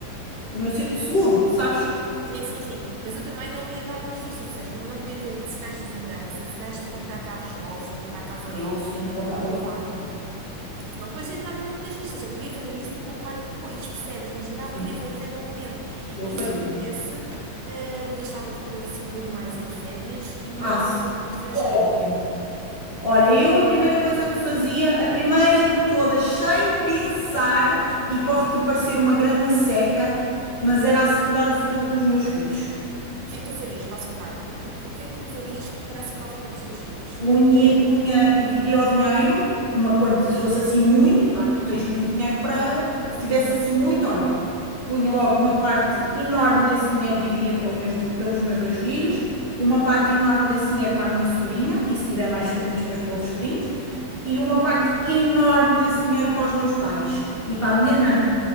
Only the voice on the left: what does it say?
do meu círculo seguro, sabes?
Aí
eu sim, eu comprava
logo um carro.
Sim,
eu faria.
Ah,
sim,
óbvio.
Olha, eu a primeira coisa que fazia, a primeira de todas, sem pensar, e pode-te parecer uma grande seca, mas era assegurar o futuro dos meus filhos.
punha, punha, dividia o dinheiro, uma quantia, se fosse assim muito, claro que tu tens muito dinheiro para, se tivesse assim muito, olha, punha logo uma parte enorme desse dinheiro, dividia pelo meus- pelos meus dois filhos, uma parte enorme desse dinheiro para a minha sobrinha, e se tiver mais sobrinhos, depois para outros sobrinhos, e uma parte enorme desse dinheiro para os meus pais e para a minha irmã.